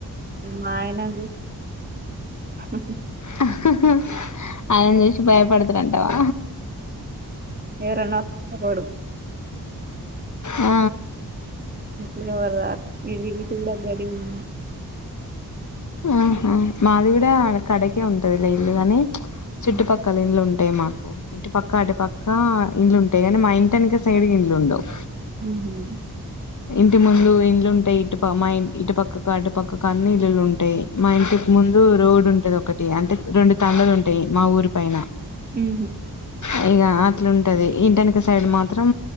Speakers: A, on the right; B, on the left.
A: మా అయన <unintelligible>
B: హ హ ఆయనను చూసి భయపడుతరంటావా
A: ఎవరన్నోస్టరోడు <unintelligible>
B: ఆ
A: <unintelligible>
B: ఆహా మాది కూడా కడకే ఉంటాదిలే ఇల్లు గానీ చుట్టుప
A: ఉమ్.
B: కలిన్లు ఉంటాయి మాకు ఇటు పక్క అటు పక్క ఇండ్లుంటాయి కానీ మా ఇంటినక సైడ్ ఇండ్లు ఉండవు
A: ఉ హు
B: ఇంటి ముందు ఇండ్లుంటాయి ఇటు మా ఇటు పక్క ఇటు పక్కకా అన్ని ఇల్లులు ఉంటాయి మా ఇంటికి ముందు రోడ్ ఉంటది ఒకటి అంటే రెండు <unintelligible> ఉంటాయి మా ఊరి పైన
A: ఉహు
B: అ ఇగ అట్లుంటది ఇంటనక సైడ్ మాత్రం